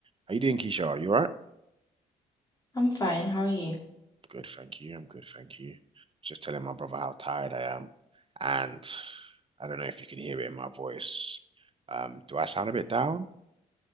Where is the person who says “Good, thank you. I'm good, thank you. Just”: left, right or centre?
Right